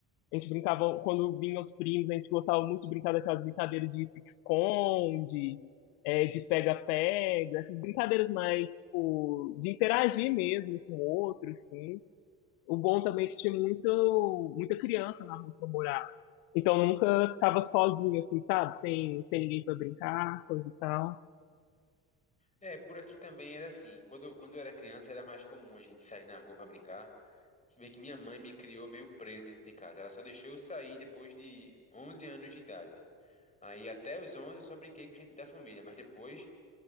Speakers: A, on the left (about 80°); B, on the left (about 15°).
A: a gente brincava, quando vinham os primos, a gente gostava muito de brincar daquelas brincadeiras de pique-esconde, é, de pega-pega, essas brincadeiras mais, tipo, de interagir mesmo com outros, assim. O bom também é que tinha muito, muita criança na rua que eu morava. Então nunca ficava sozinho, assim, sabe? Sem, sem ninguém pra brincar, coisa e tal.
B: É, por aqui também era assim. Quando, eu- quando eu era criança era mais comum a gente sair na rua pra brincar. Se bem que minha mãe me criou meio preso dentro de casa. Ela só deixou eu sair depois de 11 anos de idade. Aí até os 11 eu só brinquei com gente da família, mas depois